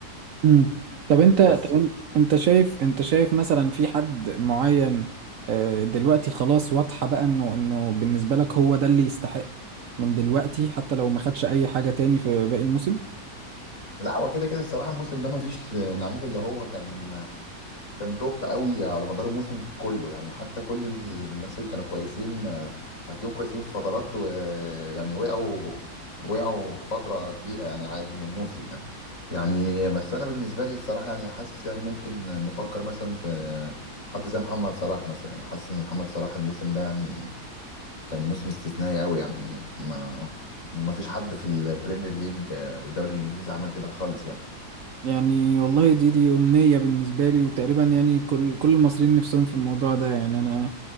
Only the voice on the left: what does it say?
بس
لا هو كده كده الصراحه الموسم ده مفيش لعيب اللي هو كان كان توب قوي على مدار الموسم كله يعني حتى كل الناس اللي كانوا كويسين آه، هتلاقيهم كويسين في فترات ويعني وقعوا وقعوا فترة كبيرة يعني عادي من الموسم يعني يعني بس أنا بالنسبة لي الصراحة يعني حاسس يعني ممكن نفكر مثلا في حد زي محمد صلاح مثلا يعني حاسس إن محمد صلاح الموسم ده يعني كان موسم استثنائي قوي يعني ما ما فيش حد في البريمير ليج آه، والدوري الإنجليزي عمل كده خالص يعني